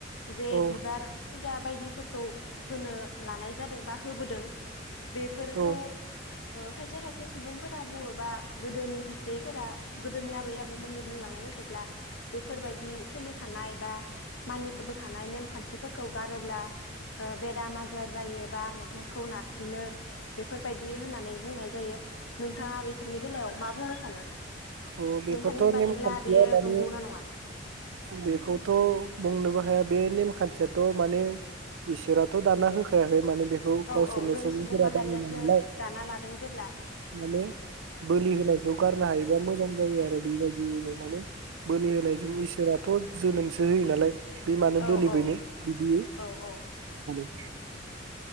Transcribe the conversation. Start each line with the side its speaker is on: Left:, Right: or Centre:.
Left: जे
Right: औ
Left: बिबार फुजा बायदिफोरखौ होनो लानाय जादों बा होबोदों। बेफोरखौ
Right: औ
Left: खायसे खायसे सुबुंफोरा बुङोबा गोदोनि खायसेफोरा गोदोनि आबै आबौमोननि बुंलांनाय मथेब्ला बेफोरबायदि सोलिखानाय बा मानिबोखानाय नेमखान्थिफोरखौ गारोब्ला ओ बेराम आजार जायो बा नखरखौ नारसिनो बेफोरबायदि होननानै बुंनाय जायो नोंथाङा बे बेफोरनि बेलायाव मा बुंनो सानो
Right: औ बेफोरथ'
Left: नोंथांनि बादिब्ला बेयो
Right: <unintelligible>
Left: नंगौना नङा
Right: बेखौथ बुंनोबो हाया बे नेमखान्थियाथ' माने इसोराथ' दाना होखायाखै माने बेखौ
Left: औ
Right: गावसोरनो
Left: औ जों
Right: सुबुंफोरा
Left: सुबुं माहारियासो
Right: बानायनाय नालाय
Left: दाना लादों जेब्ला
Right: माने बोलि होनायखौ गारनो हायोबा मोजां जायो आरो बेबायदिनो माने बोलि होनायजों इसोराथ' जोनोमसो होयो नालाय बे मानो
Left: औ
Right: बोलिबायनो
Left: औ
Right: बिदि
Left: औ औ
Right: <unintelligible>